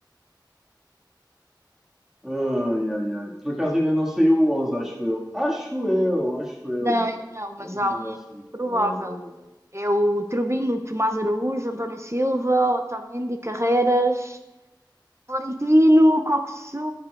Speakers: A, in the centre; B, on the right (about 35°).
A: Ai, ai, ai. Por acaso ainda não saiu o 11, acho eu. Acho eu, acho eu.
B: Não, não, mas
A: Eles
B: há
A: mandam
B: um
A: sempre
B: provável.
A: um agora. Zé.
B: É o Trubino, Tomás Araújo, António Silva, Otamendi, Carreiras, Florentino, Coxu,